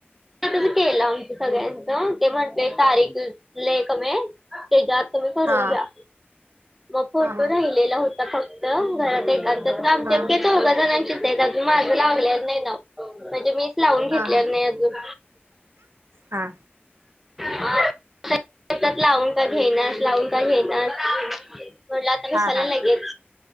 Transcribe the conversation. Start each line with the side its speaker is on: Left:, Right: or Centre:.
Centre: तुझ केलं आमच्या सगळ्यांच ते म्हणतोय तारीख लय कमी त्याच्यात तुम्ही करून
Right: हा
Centre: घ्या मग फोटो
Right: हा हा
Centre: राहिलेला होता ता फक्त घरात एकाचच तर आमच्यात
Right: हा
Centre: चौघा जणांचीच आहेत अजून माझं लावल्या नाही नाव म्हणजे मीच लावून घेतल्याल
Right: हा हा
Centre: नाही अजून.
Right: हा
Centre: आ त्यात लावून का घेईनास लावून का घेईनास म्हटलं आता
Right: हा
Centre: कशाला
Right: हा
Centre: लगेच.